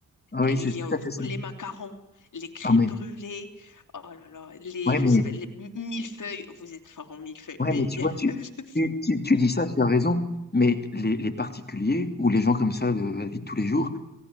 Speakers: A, on the left; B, on the left.
A: Ah oui,
B: Euh, Il
A: c'est
B: y
A: tout
B: a
A: à fait ça.
B: les macarons, les crèmes
A: Ah, mais
B: brûlées, oh là là, les,
A: Ouais,
B: je
A: mais,
B: sais pas, les mi- millefeuilles, vous êtes fort en millefeuilles,
A: ouais,
B: mais
A: mais tu
B: <laughs>
A: vois, tu,
B: je sais-
A: tu, tu, tu dis ça, tu as raison, mais les, les particuliers ou les gens comme ça de la vie de tous les jours,